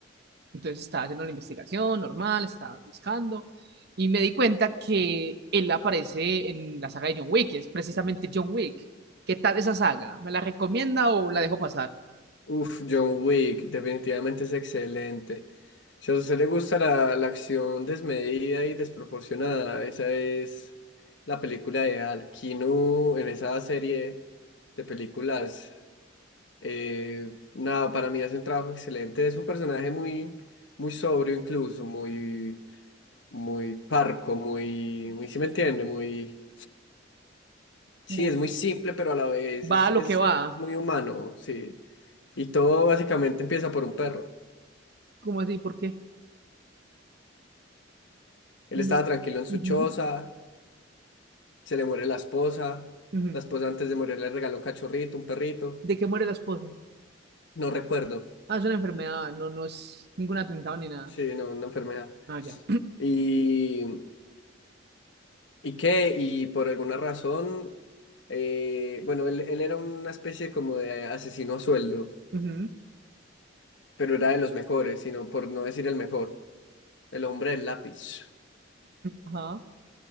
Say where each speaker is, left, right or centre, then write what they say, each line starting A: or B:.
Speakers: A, on the right; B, on the left.
A: Entonces estaba haciendo la investigación normal, estaba buscando y me di cuenta que él aparece en la saga de John Wick, es precisamente John Wick. ¿Qué tal esa saga? ¿Me la recomienda o la dejo pasar?
B: Uf, John Wick, definitivamente es excelente. Si a usted le gusta la, la acción desmedida y desproporcionada, esa es la película ideal. Keanu en esa serie de películas, eh, nada, para mí hace un trabajo excelente. Es un personaje muy, muy sobrio incluso, muy, muy parco, muy, muy, si me entiende, muy Sí,
A: Muy.
B: es muy simple, pero a la vez es,
A: Va a
B: es,
A: lo que va.
B: es muy humano, sí. Y todo básicamente empieza por un perro.
A: ¿Cómo así? ¿Por qué?
B: Él
A: No.
B: estaba tranquilo en
A: Ujú,
B: su choza, se le muere la esposa,
A: ujú.
B: la esposa antes de morir le regaló un cachorrito, un perrito,
A: ¿De qué muere la esposa?
B: no recuerdo,
A: Ah, es una enfermedad, no, no es ningún atentado ni nada.
B: sí, no, una enfermedad.
A: Ah, ya.
B: Y, ¿y qué? Y por alguna razón, eh, bueno, él, él era una especie como de asesino a sueldo,
A: Ujú.
B: pero era de los mejores, sino por no decir el mejor, el hombre del lápiz.
A: Ajá.